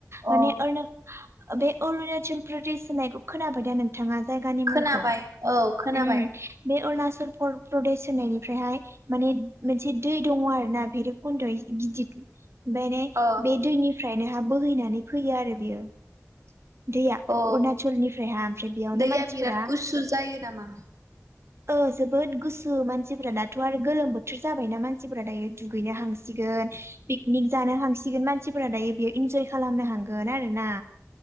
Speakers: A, on the right; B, on the right.
A: अ
B: माने ओरना बे अरुणाचल प्रदेश होननायखौ खोनाबाय दा नोंथाङा जायगानि
A: खोनाबाय
B: मुंखौ
A: औ खोनाबाय
B: ओम बे अरना <unintelligible> प्रदेश होननायनिफ्रायहाय माने मोनसे दै दङ आरो ना भरकन्द गिदिर बेेने
A: अ
B: बे दैनिफ्रायनो हा बोहैनानै फैयो आरो बियो। दैया अरुणचलनिफ्रायहा
A: अ
B: ओमफ्राय बेयावनो
A: दैया
B: मानसिफोरा
A: बिराद गुसु जायो नामा?
B: ओ जोबोद गुसु मानसिफोरा दाथ आरो गोलोम बोथोर जाबायना मानसिफोरा दायो दुगैनो हांसिगोन पिकनिक जानो हांसिगोन मानसिफोरा दायो बेयो इन्जय खालामनो हांगोन आरो ना।